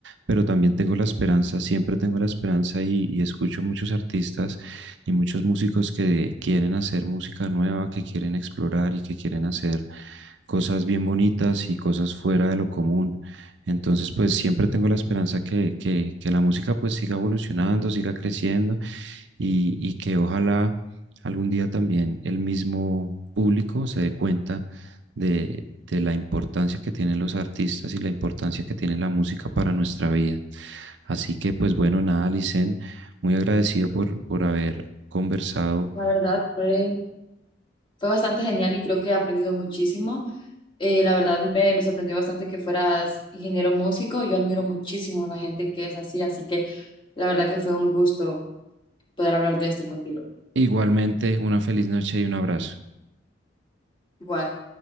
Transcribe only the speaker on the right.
pero también tengo la esperanza, siempre tengo la esperanza y, y escucho muchos artistas y muchos músicos que quieren hacer música nueva, que quieren explorar y que quieren hacer cosas bien bonitas y cosas fuera de lo común. Entonces, pues siempre tengo la esperanza que, que, que la música pues siga evolucionando, siga creciendo y, y que ojalá algún día también el mismo público se dé cuenta de, de la importancia que tienen los artistas y la importancia que tiene la música para nuestra vida. Así que, pues bueno, nada, Licen, muy agradecido por, por haber conversado.
Igualmente, una feliz noche y un abrazo.